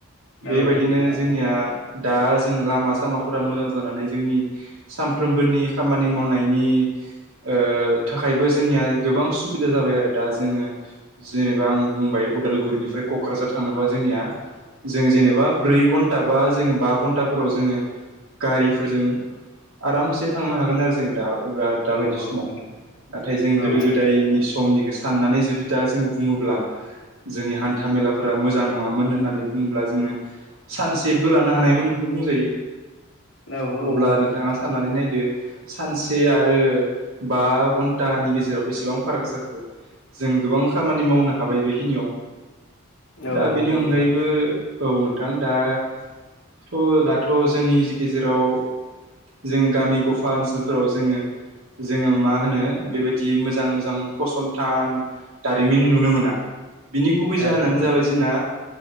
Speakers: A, on the right (about 80°); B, on the left (about 65°).
A: बेबायदिनो
B: औ नंगौ
A: जोंनिया दा जों लामा सामाफोरा मोजां जानानै जोंनि सानफ्रोमबोनि खामानि मावनायनि ओ थाखायबो जोंनिया गोबां सुबिदा जाबाय आरो दा जोंङो जेनेबा आं बुंबाय उदालगुरिनिफ्राय क'क्राझार थांनोबा जोंनिया जों जेनेबा ब्रै घनटा बा जोंङो बा घन्टाफोराव जोंङो गारिफोरजों आरामसे थांनो हागोन आरो जोंङो दा बा दाबायदि
B: औ औ
A: समाव
B: नोंथां
A: नाथाय जों
B: औ
A: गोदो गोदायनि समनिखौ साननानै जुदि दा जों बुंङोब्ला जोंनि हान्था मेलाफोरा मोजां नंङामोन होननानै बुंङोब्ला जोंङो सानसेबो लानो हानायमोन। बुंजायो
B: औ औ
A: अब्ला
B: नंगौ
A: नोंथाङा
B: नोंथां
A: साननानै नायदो सानसे आरो बा घन्टानि गेजेराव बेसेबां फाराग जा जों गोबां खामानि मावनो हाबाय बेखिनियाव
B: औ
A: दा
B: नंगौ
A: बेनि अनगायैबो
B: नोंथां
A: औ नोंथां दाथ'-दाथ' जोंनि गेजेराव जों गामि गफा ओनसोलफोराव जोंङो जोंङो मा होनो बेबायदि मोजां मो‌ जों फसंथान दारिमिन नुनो मोना। बिनि गुबै जाहोनानो
B: औ औ
A: जाबाय जोंना